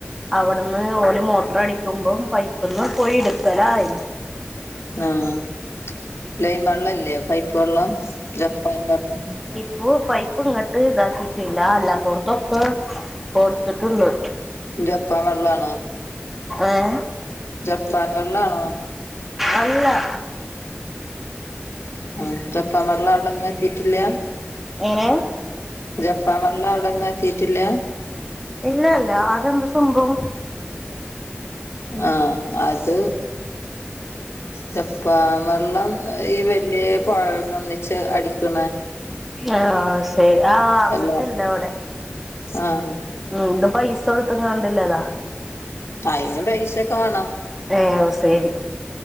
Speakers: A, in the centre; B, on the left.
A: അവിടുന്ന് ഓല് മോട്ടറടിക്കുമ്പോ പൈപ്പ്ന്ന് പോയി എടുക്കലായി.
B: ആഹ് ലേൻ വെള്ളംല്ലേ പൈപ്പ് വെള്ളം ജപ്പാൻ വെള്ളം.
A: പ്പോ പൈപ്പ് ഇങ്ങട്ട് ഇതാക്കിട്ടില്ല അല്ലാത്തോടത്തൊക്കെ കൊടുത്തിട്ടുണ്ട്.
B: ജപ്പാൻ വെള്ളാണോ.
A: ഏഹ്.
B: ജപ്പാൻ വെള്ളാണോ?
A: അല്ല.
B: ഉം ജപ്പാം വെള്ളാവിടൊന്നും എത്തിട്ടില്ല.
A: എങ്ങനെ
B: ജപ്പാൻ വെള്ളാവിടൊന്നും എത്തിട്ടില്ല.
A: ഇല്ലാല്ല അതെന്ത് സംഭവം?
B: ആഹ് അത് ജപ്പാൻവെള്ളം ഈ വല്യയ പൊഴേ ന്ന് ഒന്നിച്ച് അടിക്ണെ.
A: ആഹ് ശരി ആഹ് അങ്ങനത്തെല്ല
B: അല്ല
A: ഇവിടെ.
B: ആഹ്.
A: ഉം ഇത് പൈസ കൊടുത്തുകാണ്ടില്ലതാ.
B: അയിനും പൈസയൊക്കെ വേണം.
A: ഏ ശരി.